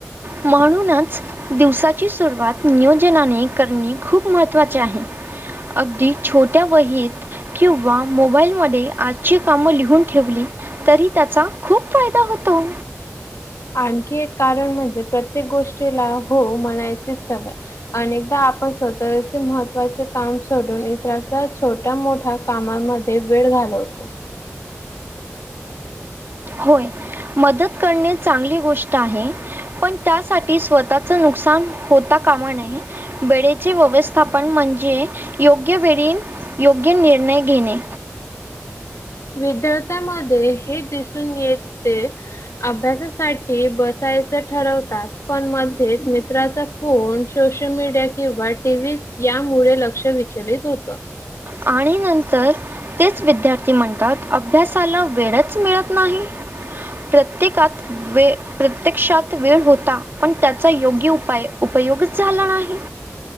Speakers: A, on the right; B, on the left.
A: म्हणूनच, दिवसाची सुरुवात नियोजनाने करणे खूप महत्त्वाचे आहे. अगदी छोट्या वहीत किंवा मोबाईलमध्ये आ ची कामं लिहून ठेवली तरी त्याचा खूप फायदा होतो.
B: आणखी एक कारण म्हणजे प्रत्येक गोष्टीला हो म्हणायची सवय अनेकदा आपण स्वतःचे महत्त्वाचे काम सोडून इतराचं सोशल मोठा मोठ्या कामामध्ये वेळ घालवतो.
A: होय, मदत करणे चांगली गोष्ट आहे. पण त्यासाठी स्वतःच नुकसान होता. कामा नये वेळेचे व्यवस्थापन म्हणजे योग्य वेळी योग्य निर्णय घेणे.
B: विद्यार्थ्यांमध्ये हे दिसून येते. अभ्यासासाठी बसायचं ठरवतात. पण मध्येच मित्राचा फोन, सोशल मीडिया किंवा टीव्ही यामुळे लक्ष विचलित होतं.
A: आणि नंतर. तेच विद्यार्थी म्हणतात. अभ्यासाला वेळच मिळत नाही. प्रत्येकात वे प्रत्यक्षात वेळ होता. पण त्याचा योग्य उपाय उपयोगच झाला नाही.